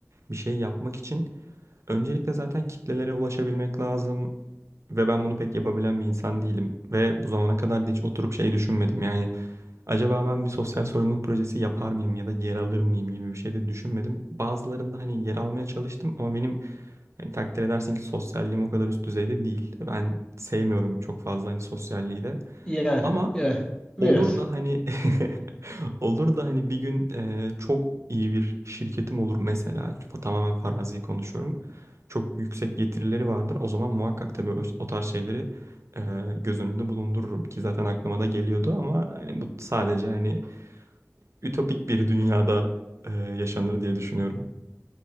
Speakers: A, on the right; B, on the left.
A: bir şey yapmak için öncelikle zaten kitlelere ulaşabilmek lazım. Ve ben bunu pek yapabilen bir insan değilim. Ve bu zamana kadar da hiç oturup şey düşünmedim. Yani Acaba ben bir sosyal sorumluluk projesi yapar mıyım ya da yer alır mıyım gibi bir şey de düşünmedim. Bazılarında hani yer almaya çalıştım ama benim hani takdir edersin ki sosyalliğim o kadar üst düzeyde değil. Ben sevmiyorum çok fazla hani sosyalliği de.
B: Yani,
A: Ama
B: yani biraz
A: Olur da hani <laughs> olur da hani bir gün e, çok iyi bir şirketim olur mesela tamamen farazi konuşuyorum. Çok yüksek getirileri vardır. O zaman muhakkak tabii o, o tarz şeyleri e, göz önünde bulundururum ki zaten aklıma da geliyordu ama hani bu sadece hani ütopik bir dünyada e, yaşanır diye düşünüyorum.